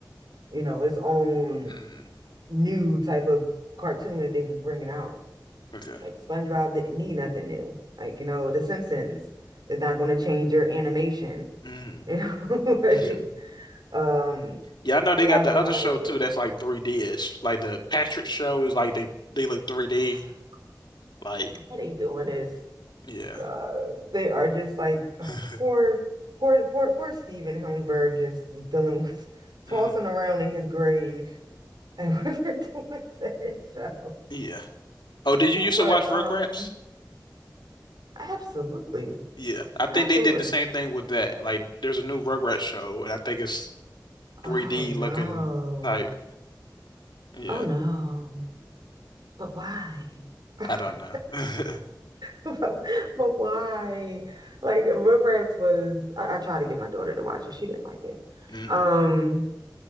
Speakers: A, on the right; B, on the left.
A: you know, its own
B: Mm,
A: new type of cartoon that they was bringing out.
B: okay.
A: Like SpongeBob didn't need nothing new. Like, you know, The Simpsons is not going to change their animation.
B: Mm.
A: You know, <laughs> like,
B: <laughs>
A: um,
B: Yeah, I know
A: I
B: they got
A: don't
B: the
A: know
B: other
A: why
B: show
A: they
B: too. That's like 3D-ish. Like the Patrick show is like they they look 3D.
A: <sighs>
B: Like
A: why they doing this.
B: yeah.
A: Uh, they are just like <sighs> ugh,
B: <laughs>
A: poor, poor, poor, poor Steven Hillenburg just is dealing with <laughs>
B: Mm,
A: tossing around in his grave and <laughs> what they're doing to his show.
B: yeah. Oh, did you
A: Oh,
B: used
A: But
B: to watch Rugrats?
A: um, absolutely,
B: Yeah. I think
A: absolutely.
B: they did the same thing with that. Like there's a new Rugrats show and I think it's 3D
A: Oh no.
B: looking type. Yeah.
A: Oh no. But why?
B: I
A: <laughs>
B: don't know. <laughs>
A: But, but why? Like Rugrats was I, I tried to get my daughter to watch it. She didn't like it.
B: Mm.
A: Um,